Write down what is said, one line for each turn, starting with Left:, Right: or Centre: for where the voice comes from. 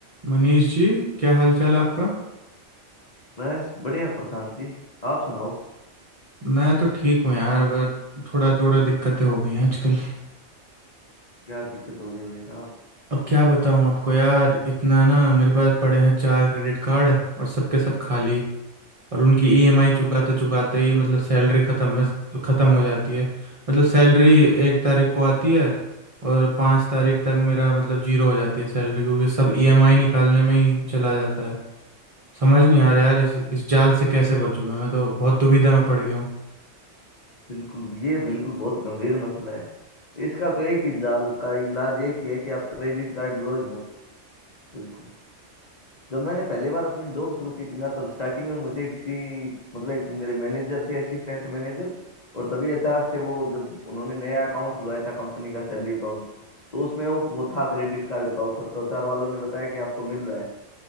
Right: मनीष जी क्या हाल चाल है आपका
Left: बस बढ़िया प्रशांत जी आप सुनाओ
Right: मैं तो ठीक हूँ यार बस थोड़ा थोड़ा दिक्कतें हो गई हैं आजकल
Left: क्या दिक्कत हो गई भाई साहब
Right: अब क्या बताऊँ आपको यार इतना ना मेरे पास पड़े हैं चार क्रेडिट कार्ड और सबके सब खाली और उनकी ईएमआई चुकाते चुकाते ही मतलब सैलरी ख़त्म बस ख़त्म हो जाती है मतलब सैलरी एक तारीख को आती है और पाँच तारीख तक मेरा मतलब जीरो हो जाती है सैलरी क्योंकि सब ईएमआई निकालने में ही चला जाता है समझ नहीं आ रहा यार इस इस जाल से कैसे बचूं मैं मैं तो बहुत दुविधा में पड़ गया
Left: बिल्कुल ये बिल्कुल बहुत गंभीर मसला है इसका तो एक ही जाल का इलाज एक ही है कि आप क्रेडिट कार्ड लो ही मत बिल्कुल जब मैंने पहली बार अपनी जॉब शुरू की थी ना तब स्टार्टिंग में मुझे किसी मतलब एक मेरे मैनेजर थे असिस्टेंट मैनेजर और तभी एचआर से वो जब उन्होंने नया अकाउंट खुलवाया था कंपनी का सैलरी अकाउंट तो उसमें वो वो था क्रेडिट कार्ड का ऑफर तो एचआर वालों ने बताया कि आपको मिल रहा है